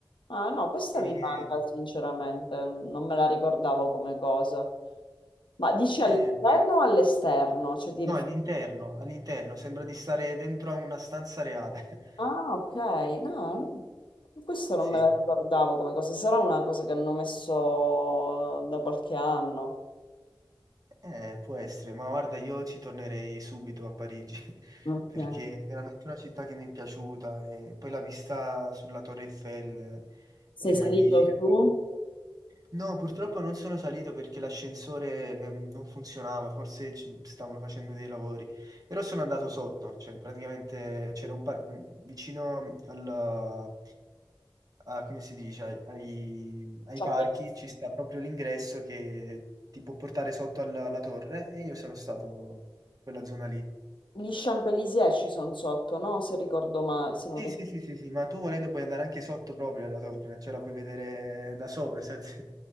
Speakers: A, on the left; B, on the right.
A: Ah no, questa
B: E-
A: mi manca sinceramente, non me la ricordavo come cosa. Ma dici
B: eh,
A: all'interno o all'esterno? Cioè ti
B: no,
A: riferisci
B: all'interno, all'interno, sembra di stare dentro a una stanza reale. <laughs>
A: Ah, ok, no, questo non
B: Sì.
A: me la ricordavo come cosa, sarà una cosa che hanno messo da qualche anno.
B: Eh, può essere, ma guarda, io ci tornerei subito a Parigi <laughs>
A: Ok.
B: perché è veramente una città che mi è piaciuta e poi la vista sulla Torre Eiffel è
A: Sei salito
B: magnifica.
A: su?
B: No, purtroppo non sono salito perché l'ascensore ehm, non funzionava, forse ci stavano facendo dei lavori, però sono andato sotto, cioè praticamente c'era un par- vicino al, a- come si dice, ai, ai- ai
A: Champs-
B: parchi ci sta proprio l'ingresso che ti può portare sotto alla, alla torre e io sono stato in quella zona lì.
A: Gli Champs-Élysées ci sono sotto, no? Se ricordo ma se non
B: Sì,
A: ricordo.
B: sì, sì, sì, sì, ma tu volendo puoi andare anche sotto proprio alla torre, cioè la puoi vedere da sopra, senza... <laughs>